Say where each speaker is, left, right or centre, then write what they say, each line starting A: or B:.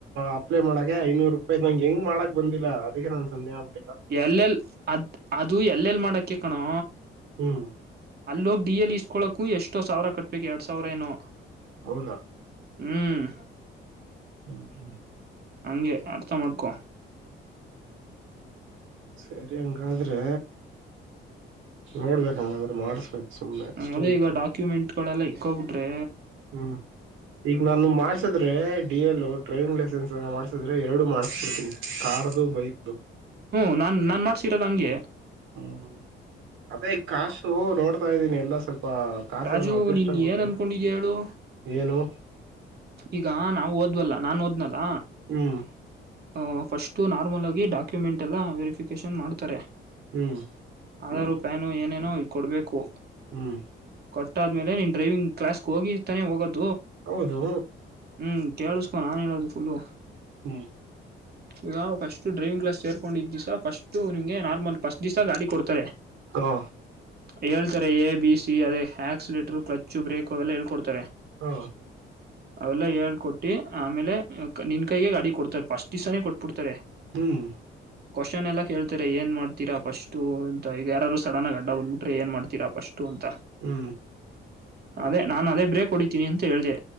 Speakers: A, on the right (about 80°); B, on the right (about 55°).
A: ಅಪ್ಲೈ ಮಾಡ ಐನುರೂ ರೂಪಾಯಿ ನಂಗ ಹೆಂಗ ಮಾಡಕ್ ಬಂದಿಲ್ಲದ ಅದಿಕ್ಕೇ ನನ್ ಸುಮ್ನೇ ಅಗ್ಬಿಟ್ಟೆ
B: ಎಲ್ಲೆಲ್ ಅದ್ ಅದು ಎಲ್ಲೆಲ್ ಮಾಡಕ ಕಣೋ
A: ಹ್ಮ್
B: ಅಲ್ಲಿೋಗ ಡಿ ಎಲ್ ಇಸ್ಕೊಕು ಎಷ್ಟೋ ಸಾವಿರ ಕಟ್ಬೇಕು ಎರಡ್ ಸಾವಿರ ಏನೋ
A: ಹೌದಾ
B: ಹ್ಮ್
A: ಹ್ಮ್ ಹ್ಮ್
B: ಅಂಗೆ ಅರ್ಥ ಮಾಡ್ಕೊ
A: ಸರಿ ಹಂಗಾದ್ರೆ ನೋಡ್ಬೇಕ ಹಂಗಾದ್ರೆ ಮಾಡಸ್ಬೇಕು ಸುಮ್ನೆ ಅಷ್ಟೊಂದು
B: ಅದೇ ಈಗ ಡಾಕ್ಯುಮೆಂಟ್ ಗಳೆಲ್ಲಾ ಇಕ್ಕೋಗ್ಬಿಟ್ರೆ
A: ಹ್ಮ್ ಈಗ ನಾನು ಮಾಡ್ಸದ್ರೆ ಡಿ ಎಲ್ ಡ್ರೈವಿಂಗ್ ಲಸೆನ್ಸ್ ಮಾಡಸಿದ್ರೆ ಎರಡು ಮಾಡಸಬಿಡ್ತೀನಿ ಕಾರ್ದು ಬೈಕ್ದು
B: ಹ್ಮ್ ನಾನ್ ನಾನ್ ಮಾಡ್ಸರೋದ ಹಂಗೆ
A: ಹ್ಮ್ ಅದೇ ಕಾಸು ನೋಡ್ತಾ ಇದ್ದೀನಿ ಎಲ್ಲ ಸ್ವಲ್ಪ ಸ್ಪ ಕಾಸ
B: ರಾಜು
A: ಅಡ್ಜಸ್ಟ್
B: ನೀನ್
A: ಆಗ್ಬಿಟ್ರೆ
B: ಏನ್ ಅನ್ಕೊಂಡಿದ್ಯ ಹೇಳು
A: ಏನು
B: ಈಗ ನಾವು ಓದ್ವಲ್ಲ ನಾನ್ ಓದ್ನಲ್ಲ
A: ಹ್ಮ್
B: ಹ ಫಸ್ಟ್ ತೂ ನಾರ್ಮಲ್ ಆಗಿ ಡಾಕ್ಯುಮೆಂಟ್ ಎಲ್ಲ ವೆರಿಫಿಕೇಶನ್ ಮಾಡ್ತಾರೆ
A: ಹ್ಮ್
B: ಆಧಾರ ಪನ್ ಏನೇನೋ ಈ ಕೊಡ್ಬೇಕು
A: ಹ್ಮ್
B: ಕೊಟ್ಟಾದ್ಮೇಲೆ ನೀನ್ ಡ್ರೈವಿಂಗ್ ಕ್ಲಾಸ್ ಹೋಗಿಾನೆ ಹೋಗೋದು
A: ಹೌದು
B: ಹ್ಮ್ ಕೇಳಿಸ್ಕೊ ನಾನ್ ಹೇಳದು ಫುಲ್ಲು
A: ಹ್ಮ್
B: ಈಗ ಫಸ್ಟ್ ಡ್ರೈವಿಂಗ್ ಕ್ಲಾಸ್ ಸೇರ್ಕೊಂಡಿದ್ದ್ಿವಸ ಫಸ್ಟ್ ನಿಮ್ಗೆ ನಾರ್ಮಲ್ ಫಸ್ಟ್ ದಿಸಾ ಗಾಡಿ ಕೊಡ್ತಾರೆ
A: ಹಾ
B: ಹೇಳ್ತಾರೆ ಎ ಬಿ ಸಿ ಅದೇ ಆಕ್ಸಲೇಟರ್ ಕ್ಲಚ್ ಬ್ರೇಕಕ್ ಅವೆಲ್ಲ ಹೇಳ್ಕೊಡ್ತಾರೆ
A: ಹಾ
B: ಅವೆಲ್ಲ ಹೇಳ್ ಕೊೊಟ್ಟಿ ಆಮೇಲೆ ನಿನ್ ಕೈಗೆ ಗಾಡಿ ಕೊಡ್ತಾರೆ ಪಸ್ಟ್ ದಿವ್ಸಾನೇ ಕೊಟ್ಬಿಡ್ತಾರೆ
A: ಹ್ಮ್
B: ಕ್ವಶ್ನ್ ಎಲ್ಲ ಕೇಳ್ತಾರೆ ಏನ್ ಮಾಡ್ತೀರ ಫಸ್ಟ್ ಅಂತ ಈಗ ಯಾರೂ ಸಡನ್ ಆ ಅಡ್ಡ ಹೊಂದ್ಬಿಟ್ರ ಏ ಮಾಡತೀರಾ ಫಸ್ಟ್ ಅಂತ
A: ಹ್ಮ್
B: ಅದೇ ನಾನು ಅದೇ ಬ್ರೇಕ್ ಹೊಡಿತೀನಿ ಅಂತ ಹೇಳ್ದೆ